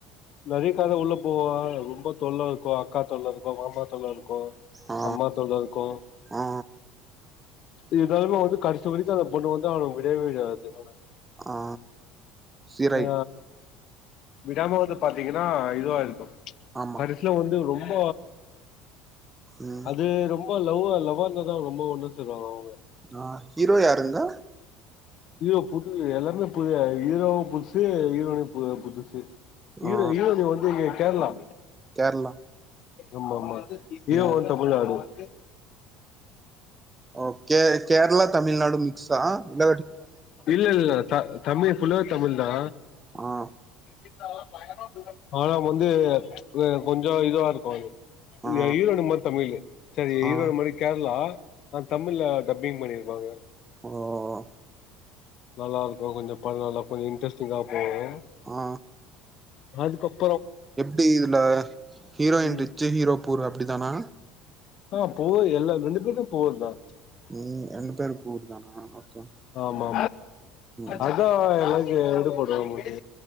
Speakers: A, on the left; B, on the right.
A: நகைக்காக உள்ள போவா ரொம்ப தொல்ல இருக்கு அக்கா தொல்ல இருக்கு மாமா தொல்ல இருக்கு
B: ஆ
A: அம்மா தொல்ல இருக்கு
B: ஆ
A: இருந்தாலுமே வந்து கடைசி வரைக்கு அந்த பொண்ணு வந்து அவன விடவே விடாது அவன
B: ஆ சிரை
A: ஆ விடாம வந்து பா த்திங்கனா இதுவா இருக்கு
B: ஆமா
A: கடைசில வந்து ரொம் ப
B: ம்
A: அது ரொம்ப லவ்வா லவ்வா இருந்ததா ரொம்ப ஒண்ணு சொல்லுவாங்க அவங்க
B: ஆ ஹீரோ யாருங்கா
A: ஹீரோ புது எல்லாமே புது ஹீரோவும் புதுசு ஹீரோயினி புது புதுசு து ஹீரோ
B: ஆ
A: ஹீரோயினி வந்து இங் கேரளா
B: கேரளா
A: ம் ஆமா ஹீரோ
B: ம்
A: வந்து தமிழ்நாடு
B: ஆ கே கேரளா தமிழ்நாடு மிக்ஸா இல்ல
A: இல்ல இல்ல தா தமிழ் ஃபுல்லாவே தமிழ்தா
B: ஆ
A: இந்தரு பயங்கரமா ஆனா வந்து வே கொஞ்சோ இதுவா இருக்கு அது
B: ஆ
A: ஹீரோயி மட்டு தமிழு சரி ஹீரோன்யினு
B: ஆ
A: மட்டு கேரளா நா தமிழ டப்பிங் பண்ணிரு வாங்க
B: ஓஓஓ
A: நல்லா இருக்கு கொஞ்சோ படல்லா கொஞ்சோ இன்ட்ரெஸ்ட்டிங்கா போவு
B: ஆ
A: அதுக்கப்
B: எப்பிடி இதுல ஹீரோயின்
A: ம்
B: ரிச்சி ஹீரோ புர அப்பிடிதானா
A: ஆ புவரு எல்லா ரெண்டுபேருமே புவருதா
B: ம் ரெண்டு பேரு புவருதானா ஓகே
A: மா மா
B: ம்
A: அதா ட் எடு போடு உனக்கு